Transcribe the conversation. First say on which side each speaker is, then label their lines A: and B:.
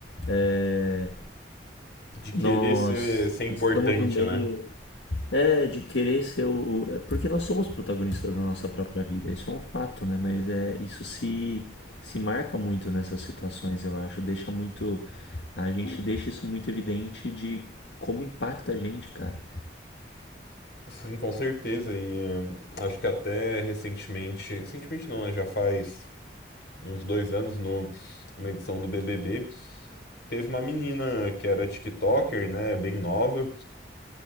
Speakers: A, on the left; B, on the left.
A: é,
B: De querer
A: nós
B: ser, ser importante,
A: estamos no meio,
B: né?
A: é, de querer ser o. o- é, Porque nós somos protagonistas da nossa própria vida, isso é um fato, né? Mas é, isso se, se marca muito nessas situações, eu acho. Deixa muito. A gente deixa isso muito evidente de como impacta a gente, cara.
B: Sim, com certeza. E hum, acho que até recentemente, recentemente não, né? Já faz uns dois anos no, numa edição do BBB, teve uma menina que era TikToker, né? Bem nova,